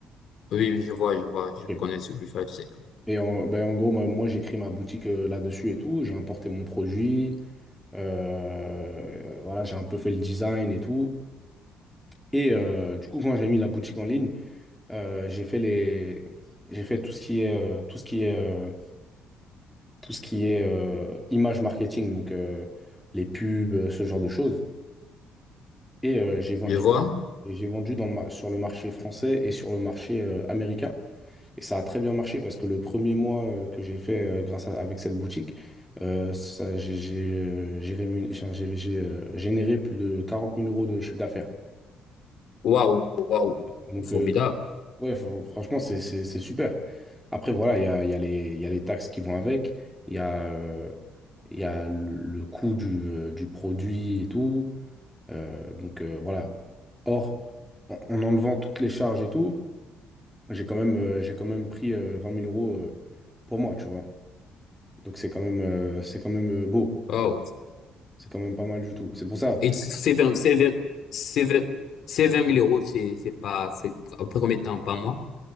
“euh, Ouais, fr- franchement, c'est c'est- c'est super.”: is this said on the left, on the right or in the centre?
Centre